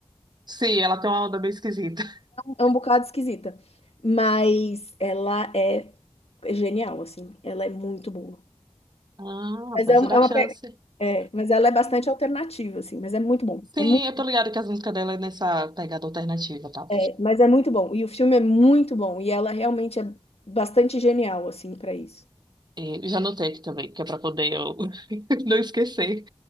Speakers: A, on the right; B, on the left.
A: Sim, ela tem uma onda bem esquisita. <laughs>
B: é um bocado esquisita, mas ela é genial, assim, ela é muito boa.
A: Ah,
B: Mas
A: precisa
B: é uma,
A: dar
B: é uma
A: chance.
B: pe- É, mas ela é bastante
A: Hum.
B: alternativa, assim, mas é muito bom.
A: Sim,
B: É mu-
A: eu tô ligada que as músicas dela é nessa pegada alternativa, tá?
B: é, mas é muito bom. E o filme é muito bom. E ela realmente é bastante genial, assim, para isso.
A: E já anotei aqui também, que é pra poder eu <laughs> não esquecer